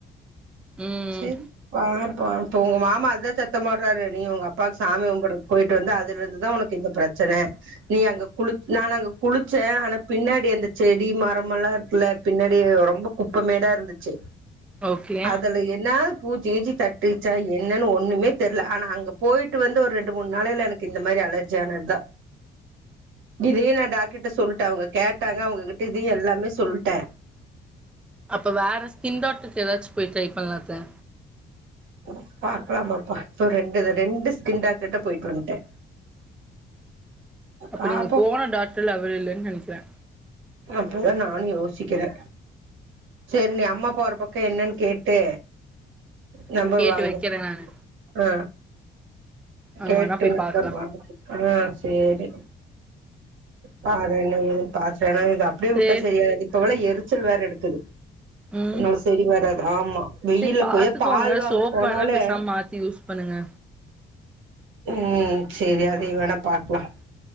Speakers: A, in the centre; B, on the right.
A: ம்
B: சேரி பாப்போ இப்ப உங்க மாமா அதுதா சத்தோ போடுறாரு நீ உங்க அப்பாவுக்கு சாமி கும்புட்றக்கு போயிட்டு வந்து அதுல இருந்துதா உனக்கு இந்த பிரச் சன நீ அங்க குளி நானு அங்க குளிச்சே ஆனா பின்னாடி அந்த செடி மரம் எல்லா இருக்குல்ல பின்னாடி ரொம்ப குப்பமேடா இருந்துச்சு
A: ஓகே
B: அதுல என்ன பூச்சி கீச்சி தட்டிச்சா என்னன்னு ஒன்னுமே தெர்ல ஆனா அங்க போயிட்டு வந்து ஒரு ரெண்டு மூணு நாளைல எனக் கு இந்த மாரி அலர்ஜியானதா இதையே நா டாக்டர் கிட்ட சொல்ட்டே அவங்க கேட்டாங்க அவங்ககிட்ட இதையு எல்லாமே சொல்ட்டே
A: அப்போ வேற ஸ்கின் டாக்டருட்ட ஏதாச்சு போய் ட்ரை பண்லா அத்த
B: ம், பாக்கலா பாப்பா இப்போ ரெண்டு ரெண்டு ஸ்கின் டாக்டர்ட்ட போயிட்டு வந்ட்டே
A: அப்ப
B: பாப்போ
A: நீங்க போன டாக்டர் அவர் இல்லனு நெனக்கிறே
B: அப்டிதா நானு யோசிக்கிறே சேரி நீ அம்மா அப்பா ஒரு பக்கோ என்னன்னு கேட்டு நம்பர்
A: கேட்டு
B: வாங்கு,
A: வைக்கிறே நானு
B: ஆ
A: அங்க
B: கேட்டு
A: வேணா போய்
B: நம்பர்
A: பாக்கலா
B: வாங்கு ஆ சேரி. பாரு என்ன ஏதுன்னு பாரு ஏன்னா இது அப்டியே
A: சேரி
B: வுட்டா சரியாகாது இப்ப வேற எரிச்சல் வேற எடுக்குது
A: ம்
B: ஆ செரி வராது ஆமா வெயில்ல
A: சேரி பாத்துக்கோங்க
B: போயி பால் வாங்க
A: சோப்
B: போனாலே
A: வேணா பேசாம மாத்தி யூஸ் பண்ணுங்க
B: ம் சேரி அதையு வேணா பாக்கலா